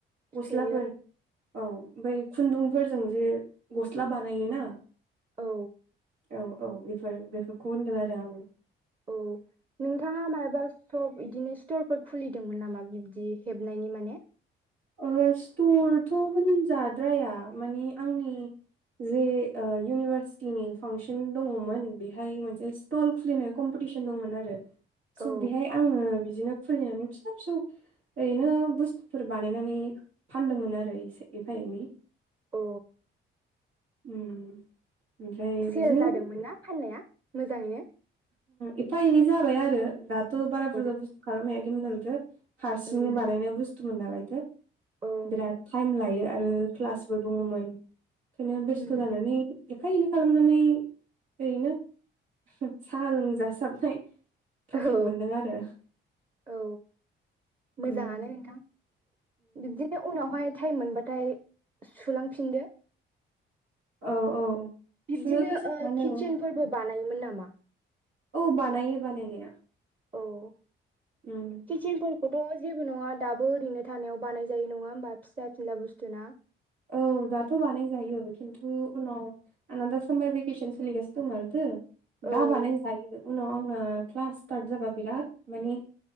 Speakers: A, on the right; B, on the right.
A: गस्लाफोर
B: सुयो
A: औ ओमफ्राय खुन्दुंफोरजों जे गस्ला बानायोना
B: औ
A: औ औ बेफोर बेफोरखौ होनदों आरो आङो
B: औ नोंथाङा माबा सप बिदिनो स्टरफोर खुलिदोंमोन नामा बिबदि हेबनायनि माने
A: ओ स्टरथ' होनजाद्राया माने आंनि जे इउनिभारसिटिनि फांसन दङमोन बेहाय मोनसे सटल खुलिनाय कम्पिटिसन दंमोन आरो स'
B: औ
A: बेहाय आङो बिदिनो खुलिनानै फिसा फिसौ ओरैनो बुस्थुफोर बानायनानै फानदोंमोन आरो एसे एफा एनै
B: अ
A: उम ओमफ्राय
B: सेल
A: बिदिनो
B: जादोंमोन ना फाननाया मोजाङैनो
A: एफा एनै जाबाय आरो दाथ' बारा बुरजा
B: औ
A: बुस्थु खालामनो हायाखैमोन नालायथो हारसिंनो
B: उम
A: बानायनाय बुस्थुमोन नालायथो
B: औ
A: बिराद टाइम लायो आरो क्लासबो दङमोन ओंखायनो बेस्थ'
B: उम
A: जानानै एफा एनै खालामनानै ओरैनो साहा लोंजासाबनाय प्रफिट
B: औ
A: मोनदों आरो
B: औ मोजाङानो
A: ओम
B: नोंथां बिब्दिनो उनावहाय टाइम मोनबाथाय सुलांफिनदो
A: औ औ
B: बिबदिनो
A: सुनोबो सानो
B: ओ किटसेेनफोरबो बानायोमोन नामा
A: औ बानायो बानायनाया
B: औ
A: उम
B: किचनफोरखौथ' जेबो नङा दाबो ओरैनो थानायाव बानाय जायो नङा होमबा फिसा फिनला बुस्थु ना
A: औ दाथ' बानायजायो खिन्थु उनाव आंना दा सामार भेकेसन सोलिगास दं नालायथो दा
B: औ
A: बानायनो जायो उनाव आंना क्लास स्टार्ट जाबा बिराद माने